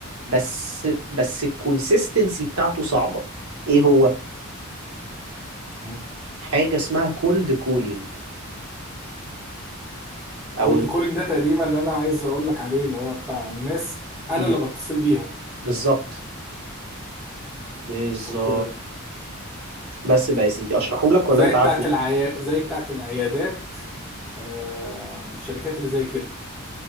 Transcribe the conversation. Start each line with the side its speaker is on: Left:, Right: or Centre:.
Right: بس بس الكونسيستنسي بتاعته صعبة ايه هو
Centre: مم.
Right: حاجة اسمها كولد كولينج او
Centre: كولد كولينج ده تقريبا اللي انا عايز اقول لك عليه اللي هو بتاع الناس انا
Right: مم.
Centre: اللي بتصل بيهم
Right: بالظبط بالظبط
Centre: اوكي
Right: بس بقى يا سيدي اشرحه لك ولا
Centre: زي
Right: انت عارفه
Centre: بتاعت العيا زي بتاعت العيادات آه والشركات اللي زي كده